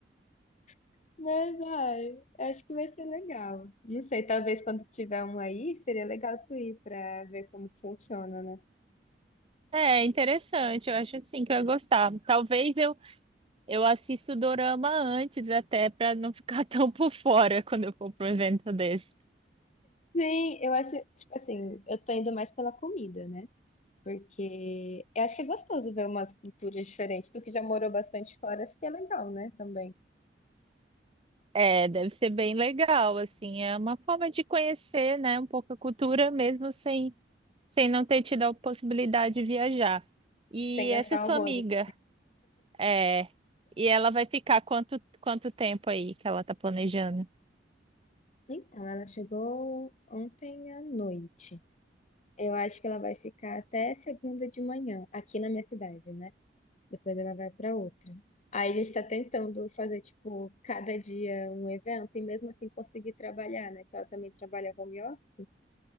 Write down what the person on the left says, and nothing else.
<laughs> Mas, ai, acho que vai ser legal. Não sei, talvez quando tiver um aí, seria legal tu ir pra ver como que funciona, né?
Sim, eu acho, tipo assim, eu tô indo mais pela comida, né? Porque eu acho que é gostoso ver umas culturas diferentes. Tu que já morou bastante fora, acho que é legal, né? Também.
Sem gastar
horrores.
Então, ela chegou ontem à noite. Eu acho que ela vai ficar até segunda de manhã, aqui na minha cidade, né? Depois ela vai para outra. Aí a gente está tentando fazer, tipo, cada dia um evento e mesmo assim conseguir trabalhar, né? Que ela também trabalha home office.